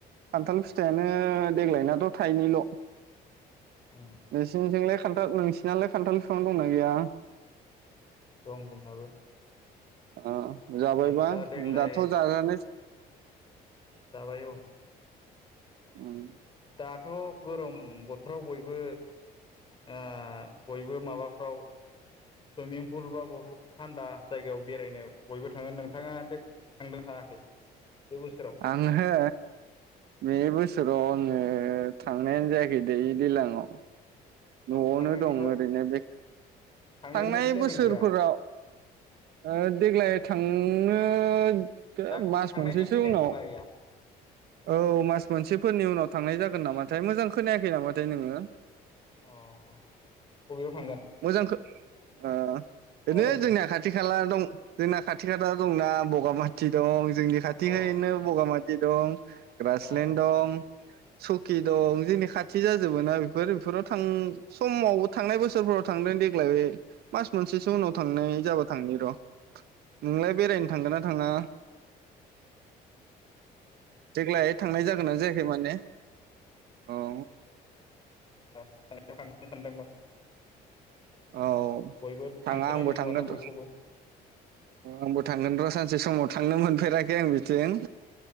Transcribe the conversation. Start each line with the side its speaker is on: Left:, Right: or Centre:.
Right: खान्थाल फिथाइयानो देग्लायनाथ थाइनैल
Left: उम
Right: नोंसिनिथिंनो खान्थाल नोंसिनालाय खान्थाल फिफां दंना गैया?
Left: दं जोंनाबो
Right: आ जाबायबा
Left: आदसा देग्लाय
Right: दाथ जाजानाय
Left: जाबाय औ
Right: उम
Left: दाथ' गरम बोथोराव बयबो ओ बयबो माबाफ्राव सुइमिं फुल बा बबेबा थान्दा जायगायाव बेरायनो बयबो थाङो नोंथाङा थांदों थाङाखै? बे बोसोराव
Right: आंहो बे बोसोराव आङो थांनायानो जायाखै दै दैलाङाव
Left: अ
Right: न'आवनो
Left: थांनायनिफोर
Right: दं ओरैनो बे
Left: थांनायनि
Right: थांनाय
Left: प्लेनिं
Right: बोसोरफोराव
Left: गैया
Right: ओ देग्लाय थांनो मास
Left: दा थांनायनि
Right: मोनसेसो
Left: प्लेनिं
Right: उनाव
Left: दंना गैया
Right: औ मास मोनसे फोरनि उनाव थांनाय जागोन नामाथाय मोजां खोनायाखै नामाथाय नोङो?
Left: अ बबेयाव थांगोन
Right: मोजांखो ओ
Left: खोनादों
Right: नो जोंनिया
Left: दे
Right: खाथि खाला दं जोंना खाथि खाथा दंना बगामाथि दं जोंनि खाथिहायनो
Left: अ
Right: बगामाथि दं ग्रासलेण
Left: अ अ
Right: दं। सकि दं जोंनि खाथि जाजोबो ना बेफोर बेफोराव थां समाव थांनाय बोसोरफ्राव थांदों देग्लाय मास मोनसेसो उनाव थांनाय जाबा थांनि र नोंलाय बेरायनो थांगोन ना थाङा? देग्लाय थांनाय जागोना जायाखै माने औ
Left: थांनो थांनो सानदोंमोन
Right: औ
Left: बयबो
Right: थाङा
Left: थांसोनाय
Right: आंबो
Left: नुयो
Right: थांगोन
Left: माथो बयखौबो
Right: र आंबो थांगोन र सानसे । सानसे समाव थांनो मोनफेराखै आं बिथिं